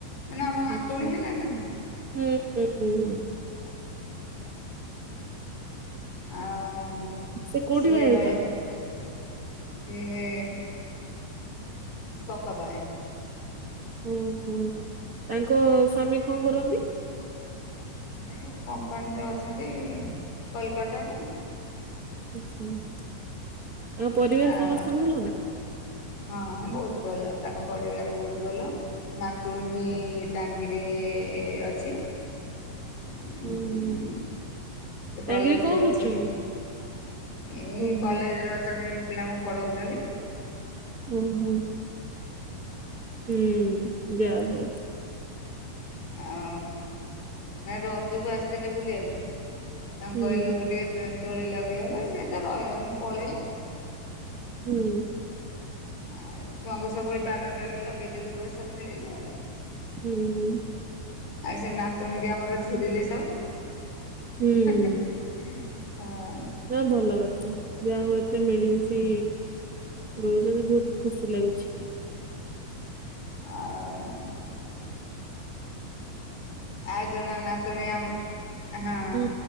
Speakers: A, on the left; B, on the right.
A: ଏଣୁ ଆମ ନାତୁଣୀ
B: ଆଚ୍ଛା।
A: ହେଲା ନା ନାହିଁ?
B: ହୁଁ ହୁଁ ହୁଁ ହୁଁ।
A: ଆଉ
B: ସେ କୋଉଠି
A: ସିଓର।
B: ବାହା ହେଇଛନ୍ତି?
A: ସିଏ ପଙ୍କ ପାଳେ।
B: ହୁଁ ହୁଁ ତାଙ୍କ ସ୍ଵାମୀ କଣ କରନ୍ତି?
A: ସେ କମ୍ପାନୀରେ ଅଛନ୍ତି କଲିକତାରେ।
B: ଆଛା ଆଉ ପରିବାର
A: ଆଉ
B: ସମସ୍ତେ ଭଲ ନା?
A: ହଁ ବହୁତ ଭଲ ତାଙ୍କ ପରିବାର ବହୁତ ଭଲ। ନାତୁଣୀ ବି ଟାଙ୍ଗିରେ ଅଛି। ଉ
B: ହୁଁ ହୁଁ
A: ସେ
B: ତାଙ୍ଗିରି
A: କଲେଜରେ
B: କଣ କରୁଛନ୍ତି?
A: ଅଛି। ଏଇ
B: ଓହୋ
A: କଲେଜେରେ ଅଛନ୍ତି ପିଲାଙ୍କୁ ପଢଉଚନ୍ତି।
B: ଓ ହୋ ହୁଁ ଯା ହଉ।
A: ଓ ନା ରଜକୁ ଆସିଥିଲି ବୁଲିବାକୁ। ତାଙ୍କୁ
B: ହୁଁ
A: କହିଲୁ ଗୋଟିଏ ଦୋଳି ଲଗେଇବାକୁ ସେ ତ ରହିଲାନେହିଁ ପଳେଇଲା।
B: ହୁଁ।
A: ଆଉ ଛୁଆଙ୍କୁ ସବୁ ଏଇ ବାରଣ୍ଡାରେ ଲଗେଇଦେଲୁ ବସ ଖେଳିଲେ ଆଉ।
B: ହୁଁ।
A: ଆଉ ସେ ନାତୁଣୀ କି ଆମର ଝୁୁରିଲେ ସବୁ। ହଁ।
B: ହୁଁ। ନା ଭଲ କଥା, ଯାହା ହଉ ଏତେ ମିଳିମିଶି ରହୁଛନ୍ତି ବହୁତ ଖୁସି ଲାଗୁଛି।
A: ଆଉ ଆଉ ଜଣେ ନାତୁଣି ଆମ, ହଁ
B: ହୁଁ